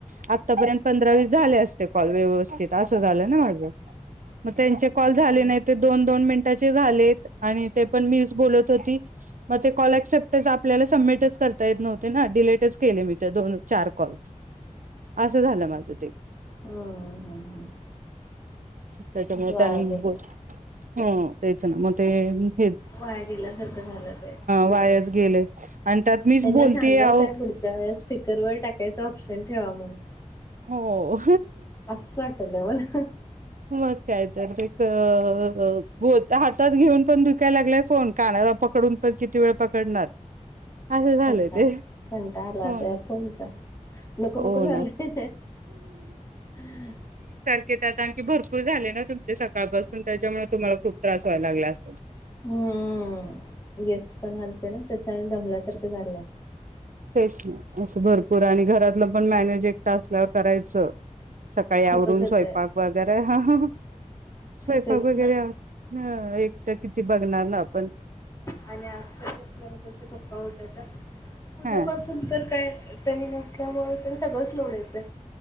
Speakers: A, on the right; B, on the left.
A: आतापर्यंत पंधरा वीस झाले असते कॉल व्यवस्थित असं झालं ना माझ मग त्यांचे कॉल झाले
B: हा
A: नाही दोन दोन मिनटाचे झालेत आणि ते पण मीच बोलत होती, मग ते कॉल ऍक्सेप्टच आपल्याला सबमिटच करता येत नव्हते ना, डिलेटच केले मी दोन चार कॉल असं झालं माझ ते
B: हम्म हम्म
A: त्याच्यामुळे
B: ते वाया
A: त्या
B: गेलं
A: बोल ह तेच ना म ते अ
B: वाया गेल्यासारखं झालं. ते पूर्णच
A: वायाच गेले आणि त्यात मीच
B: त्यांना
A: बोलतेय
B: सांगाव,
A: आहो
B: काय पुढच्या वेळेस स्पीकरवर टाकायच ऑप्शन ठेवा म्हणून
A: हो, ओ
B: असं वाटलं मला
A: मग काय तर तेत अ - अ, पोत हातात घेऊन पण दुखायला लागलाय, फोन कानाला पकडून पण किती वेळ पकडणार, असं झालंय
B: कंटाळा
A: ते
B: कंटाळा आलाय,
A: हो
B: आता ह्या
A: ना
B: फोनचा नको नको
A: हो
B: झालय.
A: ना.
B: <inaudible>
A: ते त्यात आणखी भरपूर झाले. ना तुमचे सकाळपासून त्याच्यामुळे तुम्हाला खूप त्रास व्हायला लागला असेल.
B: हम, गेस्ट पण आलते. ना त्याच्यान दमल्यासारखं झालंय.
A: तेच ना असं भरपूर आणि घरातलं पण मॅनेज एकट असल्यावर करायचं. सकाळी
B: खूपच
A: आवरून
B: येतय
A: स्वयंपाक वगैरे, ह -ह - ह स्वयपाक
B: तेच
A: वगैरे,
B: ना
A: हं एक ते किती बघणार ना आपण
B: आणि आज तर कस झाले त्याचे पप्पा होते, तर उद्यापासून
A: हा
B: तर, काय त्यांनी नसल्यामुळे, तर सगळंच लोड येतं.